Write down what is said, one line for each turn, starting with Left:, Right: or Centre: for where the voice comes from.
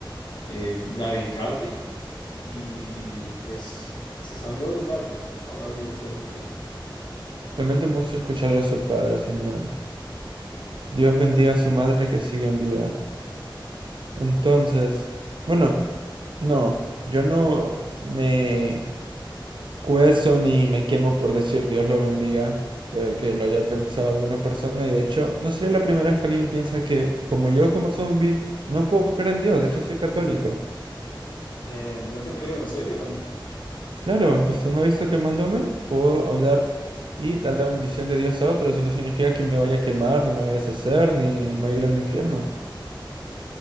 Left: eh, bradicardia y pues se salvó de milagro. Ahora vivo solo con ella.
Right: Lamento mucho escucharlo de su padre, señor. Dios bendiga a su madre que sigue en vida. Entonces, bueno, no, yo no me cuezo ni me quemo por decir Dios lo bendiga. Puede que lo haya pensado alguna persona y de hecho no sería la primera vez que alguien piensa que como yo como zombie no puedo creer en Dios, de hecho soy católico.
Left: Eh, no te creo, en serio.
Right: Claro, usted me ha visto quemándome, puedo hablar y dar la bendición de Dios a otros y no significa que me vaya a quemar, ni me vaya a deshacer, ni me vaya a ir al infierno.